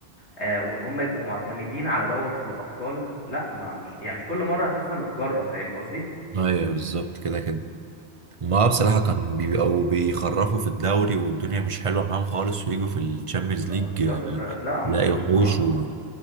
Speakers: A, on the left; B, on the right.
A: آه وان هم يبقوا معتمدين على دوت في الابطال لا ما مش يعني مش كل مرة هتسلم الجرة فاهم قصدي
B: أيوه بالظبط كده كده ما بصراحة كان بيبقوا بيخرفوا في الدوري والدنيا مش حلوة معاهم خالص ويجوا في الشامبيونز
A: الابطال
B: ليج آه،
A: لا هم
B: تلاقي
A: كانوا بيجوا
B: وحوش
A: اه
B: و...